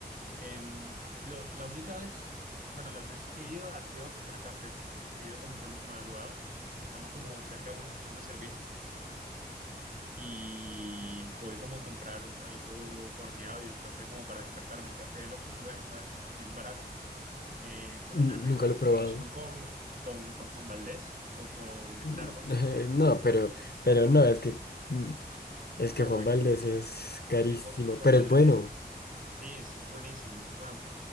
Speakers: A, on the right; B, on the left.
A: Em, lo- la única vez, bueno, las veces que he ido ha sido a comprar café, porque he ido como que madrugado, estamos como cerca de una estación de servicio y voy como a comprar algo horneado y un café como para despertarme. El café del Oxxo es bueno, ¿sabes? Y es barato, Eh, por
B: Mm,
A: lo menos en,
B: Nunca lo
A: en
B: he probado.
A: comparación con, con, con Juan Valdez o con
B: Mm,
A: Starbucks.
B: <laughs> No, pero, pero no, es que mm, es que
A: Bueno,
B: Juan
A: igual
B: Valdez
A: que-
B: es carísimo,
A: Sí, Ju- Juan
B: pero
A: Valdez
B: es bueno.
A: Sí, es, es buenísimo. Bueno,